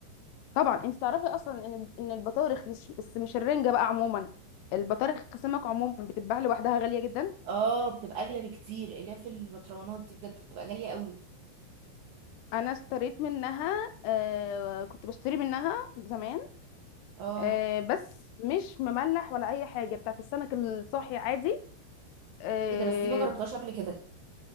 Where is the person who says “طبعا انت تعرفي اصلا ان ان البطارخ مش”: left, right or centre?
Left